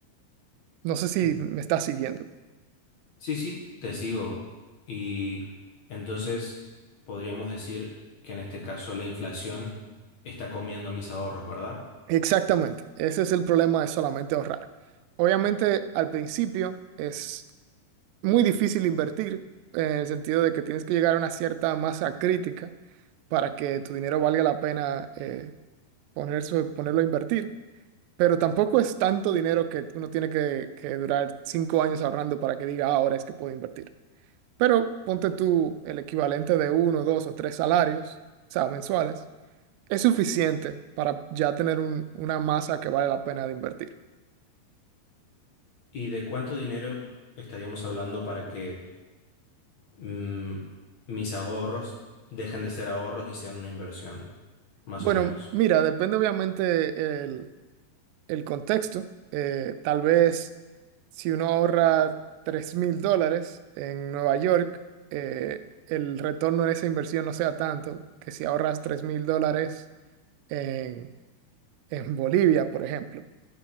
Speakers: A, on the right; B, on the left.
A: No sé si
B: Mm.
A: me estás siguiendo.
B: Sí, sí, te sigo. Y entonces podríamos decir que en este caso la inflación está comiendo mis ahorros, ¿verdad?
A: Exactamente, ese es el problema de solamente ahorrar. Obviamente al principio es muy difícil invertir, en el sentido de que tienes que llegar a una cierta masa crítica para que tu dinero valga la pena eh, poner su- ponerlo a invertir, pero tampoco es tanto dinero que uno tiene que, que durar cinco años ahorrando para que diga "Ah, ahora es que puedo invertir. Pero ponte tú el equivalente de uno, dos o tres salarios, o sea, mensuales. Es suficiente para ya tener un- una masa que vale la pena de invertir.
B: ¿Y de cuánto dinero estaríamos hablando para que mm, mis ahorros dejen de ser ahorros y sean una inversión, más
A: Bueno,
B: o menos.
A: mira, depende obviamente el, el contexto. Eh, tal vez si uno ahorra tres mil dólares en Nueva York, eh, el retorno en esa inversión no sea tanto que si ahorras tres mil dólares en, en Bolivia, por ejemplo.